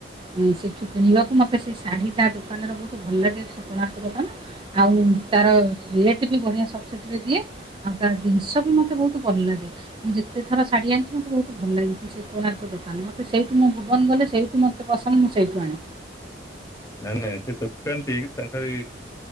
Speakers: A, on the right; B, on the left.
A: ଉ ସେଠୁ କିଣିବାକୁ ମତେ ସେ ଶାଢୀ ତା ଦୋକାନରେ ବହୁତ୍ ଭଲ ଲାଗେ ସେ କୋଣାର୍କ ଦୋକାନ ଆଉ ତାର ରେଟ୍ ବି ବଢ଼ିଆ ସବୁ ସେଠିରେ ଦିଏ ଆଉ ତା ଦିନିଷବି ମୋତେ ବହୁତ୍ ଭଲ ଲାଗେ। ମୁଁ ଯେତେ ଥର ଶାଢୀ ଆଣିଚି ମତେ ବହୁତ୍ ଭଲ ଲାଗେ ସେ କୋଣାର୍କ ଦୋକାନ ମୋ ସେଇଠୁ ମୁଁ ଭୁବନ ଗଲେ ସେଇଠୁ ମତେ ପସନ୍ଦ ମୁଁ ସେଇଠୁ ଆଣେ।
B: ନାଇଁ ନାଇଁ ସେ ଦୋକାନଟି ତାଙ୍କରି